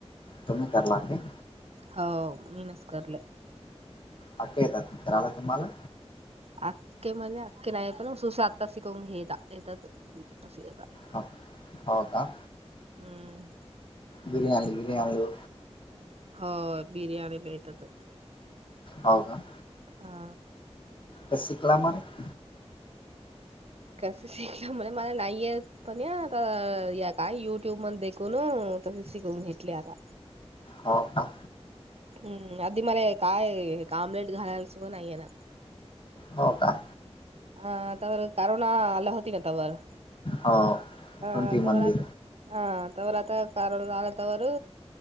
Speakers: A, on the left (about 50°); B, on the right (about 65°).
A: तुम्ही <unintelligible>
B: हो मीनच करले.
A: अक्के येतात करायला तुम्हाला?
B: <unintelligible>
A: हो, हो का?
B: हम्म.
A: बिरयाणी बिरयाणी आलो.
B: हो बिर्याणीला येतात.
A: हो का?
B: हा.
A: कस शिकला <unintelligible>
B: कस शिकलं म्हणे मला नाही येत पण या आता या काय युट्यूब मण देखुनो. तसंच शिकवून घेतले आता.
A: हो का?
B: हम्म. आधी मला काय आम्लेट घालाय सुवा नाहीये ना.
A: हो का?
B: आ तवर करोना आली होती ना तवर.
A: हो.
B: अ
A: ट्वेंटी
B: तवर
A: मध्ये
B: आता अ तवर आता कारण आला तवरु